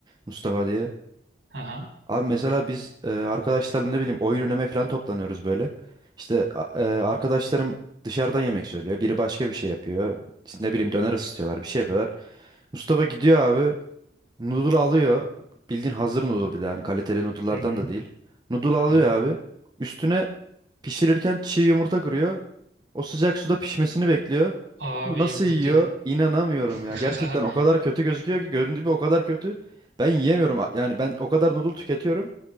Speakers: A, on the right (about 25°); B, on the right (about 75°).
A: Mustafa diye.
B: Aha.
A: Abi mesela biz e, arkadaşlarla ne bileyim oyun oynamaya falan toplanıyoruz böyle. İşte a- e, arkadaşlarım dışarıdan yemek söylüyor. Biri başka bir şey yapıyor. İşte ne bileyim döner ısıtıyorlar bir şey yapıyorlar. Mustafa gidiyor abi. Noodle alıyor. Bildiğin hazır noodle bir de hani kaliteli noodle'lardan
B: Hı hı.
A: da değil. Noodle alıyor
B: Hı hı.
A: abi. Üstüne pişirirken çiğ yumurta kırıyor. O sıcak suda pişmesini bekliyor.
B: Abi
A: Onu nasıl yiyor?
B: bu de
A: İnanamıyorum
B: <laughs>
A: ya. Gerçekten o kadar kötü gözüküyor ki göründüğü gibi o kadar kötü. Ben yiyemiyorum. A- Yani ben o kadar noodle tüketiyorum.